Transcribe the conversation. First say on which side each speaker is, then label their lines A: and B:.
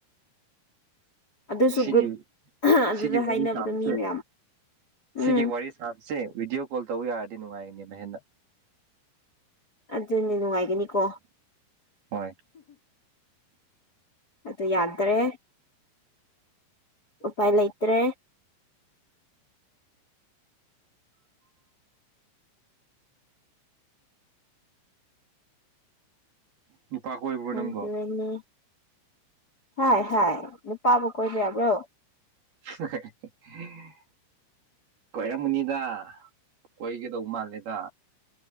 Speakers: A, on the left; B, on the right.
A: ꯑꯗꯨꯁꯨ
B: ꯁꯤꯒꯤ
A: ꯒ꯭ꯔꯨꯞ ꯑꯗꯨꯗ
B: ꯁꯤꯒꯤ ꯋꯥꯔꯤ
A: ꯍꯥꯏꯅꯕꯗꯣ
B: ꯁꯥꯁꯦ
A: ꯃꯤ ꯃꯌꯥꯝ
B: ꯁꯤꯒꯤ
A: ꯎꯝ
B: ꯋꯥꯔꯤ ꯁꯥ ꯁꯤꯦ ꯚꯤꯗꯤꯑꯣ ꯀꯣꯜ ꯇꯧꯕ ꯌꯥꯔꯗꯤ ꯅꯨꯡꯉꯥꯏꯒꯅꯤ ꯃꯍꯦꯟꯅ
A: ꯑꯗꯨꯅꯦ ꯅꯨꯡꯉꯥꯏꯒꯅꯤꯀꯣ
B: ꯍꯣꯏ
A: ꯑꯗꯨ ꯌꯥꯗ꯭ꯔꯦ ꯎꯄꯥꯏ ꯂꯩꯇ꯭ꯔꯦ
B: ꯅꯨꯄꯥ ꯀꯣꯏꯕ꯭ꯔꯣ
A: ꯍꯕꯅꯤ
B: ꯅꯪꯕꯣ
A: ꯍꯥꯏ ꯍꯥꯏ ꯅꯨꯄꯥꯕꯨ ꯀꯣꯏꯕ ꯌꯥꯕ꯭ꯔꯣ
B: <unintelligible> ꯀꯣꯏꯔꯝꯃꯨꯅꯤꯗ ꯀꯣꯏꯒꯗꯧꯕ ꯃꯥꯜꯂꯦꯗ